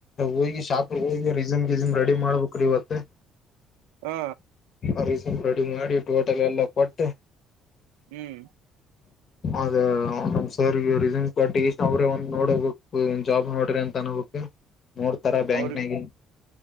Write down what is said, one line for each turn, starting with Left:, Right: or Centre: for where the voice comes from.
Left: ಹೋಗಿ ಶಾಪ ಹೋಗಿ ರೀಸನ್ ಗಿಸನ್ ರೆಡಿ ಮಾಡ್ಬೇಕ್ರೀ ಇವತ್ತ
Right: ಹಾ
Left: ಅ ಸ್ವಪ ರೆಡಿ ಮಾಡಿ ಟೋಟಲ್ ಎಲ್ಲ ಕೊಟ್ಟು
Right: ಹ್ಮ್
Left: ಅದೇ ನಮ ಸಾರಿಗೆನ್ ಬಟ್ ಈ ಅವ್ರೇ ಒಂದು ನೋಡಬೇಕುನ್ ಜಾಬ್ ನೋಡ್ರಿ ಅಂತ ಅನ್ಬೇಕು ನೋಡ್ತರ ಬ್ಯಾಂಕ್ನಾಗ
Right: ಅವ್ರಿಗೆ